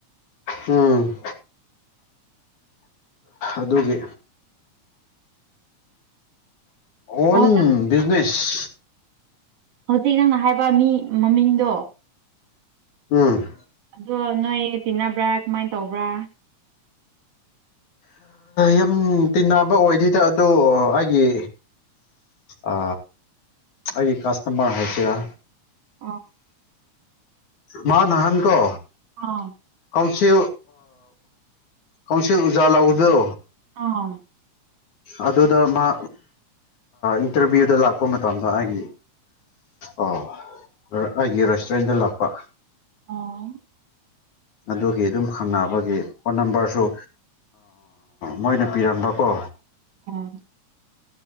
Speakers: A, on the left; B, on the right.
A: ꯎꯝ ꯑꯗꯨꯒꯤ ꯑꯣꯟ
B: ꯑꯣ ꯅꯪ
A: ꯕꯤꯖꯤꯅꯦꯁ
B: ꯍꯧꯖꯤꯛ ꯅꯪꯅ ꯍꯥꯏꯕ ꯃꯤ ꯃꯃꯤꯡꯗꯣ
A: ꯎꯝ
B: ꯑꯗꯣ ꯅꯣꯏ ꯇꯤꯟꯅꯕ꯭ꯔꯥ ꯀꯃꯥꯏꯅ ꯇꯧꯕ꯭ꯔꯥ
A: ꯌꯥꯝ ꯇꯤꯟꯅꯕ ꯑꯣꯏꯗꯗ ꯑꯗ ꯑꯩꯒꯤ ꯑ ꯑꯩꯒꯤ ꯀꯥꯁꯇꯃꯔ ꯍꯥꯏꯁꯤꯔꯥ
B: ꯑꯥ
A: ꯃꯥ ꯅꯍꯥꯟ ꯀꯣ
B: ꯑꯥ
A: ꯀꯥꯎꯁꯤ ꯀꯝꯁꯤ ꯎꯖꯥ ꯂꯥꯎꯕꯗꯣ
B: ꯑꯥ
A: ꯑꯗꯨꯗ ꯃꯥ ꯏꯟꯇꯔꯚꯤꯌꯨꯗ ꯂꯥꯛꯄ ꯃꯇꯝꯗ ꯑꯩꯒꯤ ꯑꯣ ꯑꯩꯒꯤ ꯔꯦꯁꯇꯨꯔꯦꯟꯗ ꯂꯥꯛꯄ
B: ꯑ
A: ꯑꯗꯨꯒꯤ ꯑꯗꯨꯝ ꯈꯪꯅꯕꯒꯤ ꯐꯣꯟ ꯅꯝꯕꯔꯁꯨ ꯃꯣꯏꯅ ꯄꯤꯔꯝꯕꯀꯣ
B: ꯎꯝ